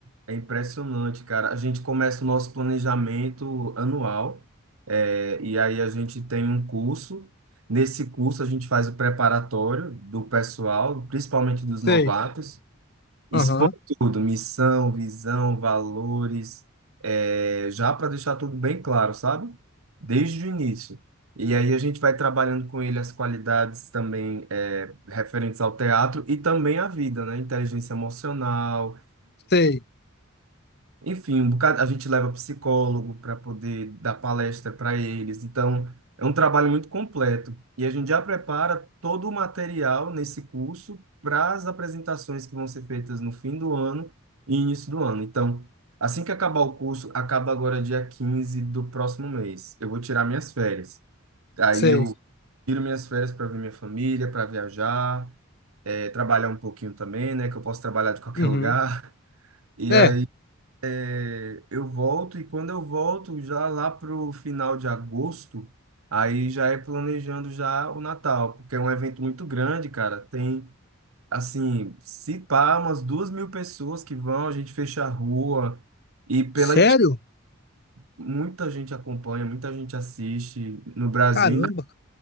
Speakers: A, on the right; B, on the left.
A: É impressionante, cara. A gente começa o nosso planejamento anual, é, e aí a gente tem um curso. Nesse curso, a gente faz o preparatório do pessoal, principalmente dos
B: Sei.
A: novatos, expõe
B: Aham,
A: tudo: missão, visão, valores, é, já para deixar tudo bem claro, sabe? Desde o início. E aí a gente vai trabalhando com ele as qualidades também é, referentes ao teatro e também à vida, né? Inteligência emocional
B: sei,
A: enfim, um bocado, a gente leva psicólogo para poder dar palestra para eles. Então, é um trabalho muito completo. E a gente já prepara todo o material nesse curso para as apresentações que vão ser feitas no fim do ano e início do ano. Então, assim que acabar o curso, acaba agora dia 15 do próximo mês. Eu vou tirar minhas férias. Aí
B: sei.
A: eu tiro minhas férias para ver minha família, para viajar, eh, trabalhar um pouquinho também, né? Que eu posso trabalhar de qualquer
B: Uhum.
A: <laughs> lugar. E
B: É,
A: aí é, eu volto e quando eu volto já lá pro final de agosto, aí já é planejando já o Natal, porque é um evento muito grande, cara. Tem assim, se pá, umas duas mil pessoas que vão, a gente fecha a rua e pela
B: sério?
A: muita gente acompanha, muita gente assiste no Brasil.
B: Caramba.
A: né?